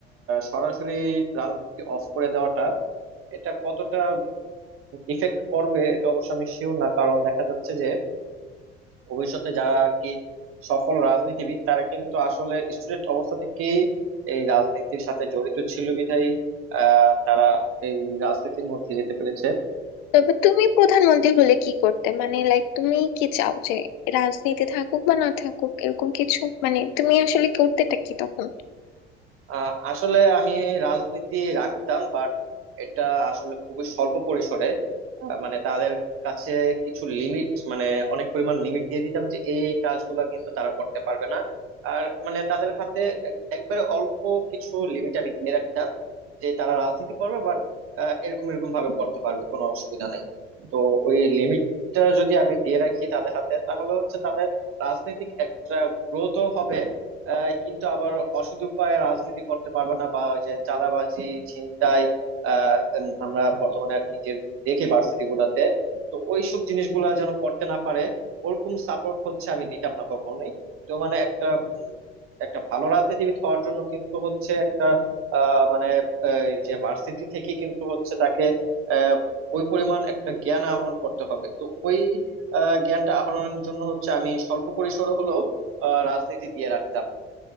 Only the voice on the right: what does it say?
সরাসরি রাজনীতি অফ করে দেওয়াটা এটা কতটা ইফেক্ট করবে এটা অবশ্য আমি শিওর না কারণ দেখা যাচ্ছে যে ভবিষ্যতে যারা আর কি সফল রাজনীতিবিদ তারা কিন্তু আসলে স্টুডেন্ট অবস্থা থেকেই এই রাজনীতির সাথে জড়িত ছিল বিধায় আহ, তারা এই রাজনীতির মধ্যে যেতে পেরেছে
আহ, আসলে আমি রাজনীতি রাখতাম বাট এটা আসলে খুবই স্বল্প পরিসরে আহ, মানে তাদের কাছে কিছু লিমিট মানে অনেক পরিমাণ লিমিট দিয়ে দিতাম যে এই কাজগুলা কিন্তু তারা করতে পারবে না আর মানে তাদের হাতে এক- একবারে অল্প কিছু লিমিট আমি দিয়ে রাখতাম যে তারা রাজনীতি করবে বাট এরকম এরকম ভাবে করতে পারবে কোনো অসুবিধা নেই তো ওই লিমিটটা যদি আমি দিয়ে রাখি তাদের হাতে তাহলে হচ্ছে তাদের রাজনৈতিক একটা গ্রোথও হবে আহ, কিন্তু আবার অসৎ উপায়ে রাজনীতি করতে পারবে না বা ওই যে চাঁদাবাজি ছিনতাই আহ, উম, আমরা বর্তমানে আর কি যে দেখি ভার্সিটি গুলাতে তো ওইসব জিনিসগুলা যেন করতে না পারে ওরকম সাপোর্ট হচ্ছে আমি দিতাম না কখনোই তো মানে একটা উম, একটা ভালো রাজনীতিবিদ হওয়ার জন্য কিন্তু হচ্ছে একটা আহ, মানে আহ, এই যে ভার্সিটি থেকে কিন্তু হচ্ছে তাকে আহ, ওই পরিমাণ একটা জ্ঞান আহরণ করতে হবে তো ওই আহ, জ্ঞানটা আহরণের জন্য হচ্ছে আমি স্বল্প পরিসরে হলেও আহ, রাজনীতি দিয়ে রাখতাম